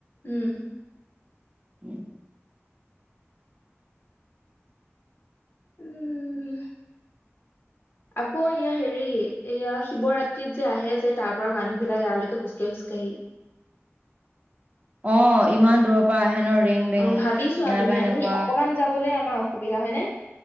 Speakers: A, on the left; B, on the right.
A: উম
B: উম
A: উম আকৌ এয়া হেৰি এয়া শিৱৰাত্ৰিত যে আহে যে তাৰ পৰা মানুহ বিলাক এয়ালৈকে খোজ কাঢ়ি খোজ কাঢ়ি
B: অ ইমান দূৰৰ পৰা আহে ন ৰেং বেং
A: অ ভাবি চোৱা
B: নাইবা
A: তুমি
B: এনেকুৱা
A: আমি অকমান যাবলে আমাৰ অসুবিধা হয় নে